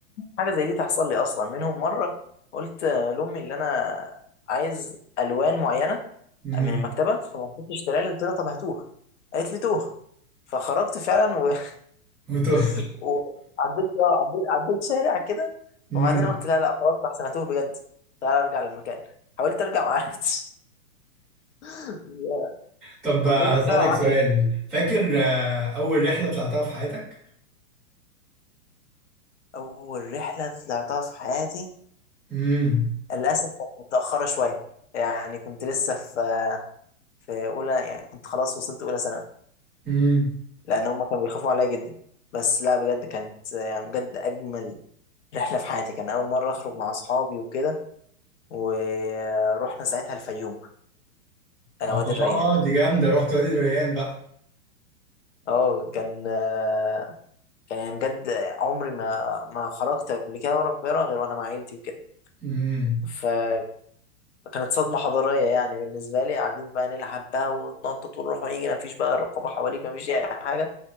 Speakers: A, on the left; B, in the centre.
A: حاجه زي دي تحصل لي اصلا منهم مره قلت لامي اللي انا عايز الوان معينه
B: امم
A: من المكتبه فما رضتش اشتريها لي قلت لها طب هاتوها قالت لي توه فخرجت فعلا و... <laughs>
B: وتهت
A: وعديت اه عديت عديت شارع كده
B: <laughs> امم
A: وبعدين قلت لا لا خلاص احسن هتوه بجد تعالى ارجع للمكان حاولت ارجع ما عرفتش <laughs>
B: طب
A: فضلت
B: آه، هسألك
A: بقى اعيط
B: سؤال فاكر آه، أول رحلة طلعتها في حياتك؟
A: اول رحله طلعتها في حياتي
B: امم
A: للأسف كانت متأخرة شوية يعني كنت لسه في في أولى يعني كنت خلاص وصلت أولى ثانوي
B: امم
A: لأن هم كانوا بيخافوا عليا جدا بس لا بجد كانت يعني بجد أجمل رحلة في حياتي كان أول مرة أخرج مع أصحابي وكده ورحنا ساعتها الفيوم
B: اه
A: آه، وادي الريان
B: دي جامدة رحت وادي الريان بقى
A: اه كان آه، كان يعني بجد عمري ما ما خرجت قبل كده ورا القاهرة غير وأنا مع عيلتي وكده
B: امم
A: فكانت صدمة حضارية يعني بالنسبة لي قاعدين بقى نلعب بقى ونتنطط ونروح ونيجي مفيش بقى رقابة حواليك مفيش أي حاجة